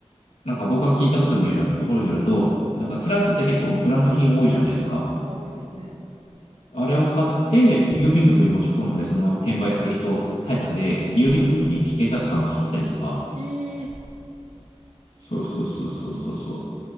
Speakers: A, on the left; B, on the right.
A: なんか僕が聞いたことによる、ところによると、
B: ほうほ
A: なんかフランスって結構ブランド品多いじゃないですか。
B: う。あ、多いですね。
A: あれを買って郵便局に持ち込んで、そのまま転売する人対策で、郵便局に警察官が張ってるとか、
B: はい。えー、
A: そうそうそうそうそうそう。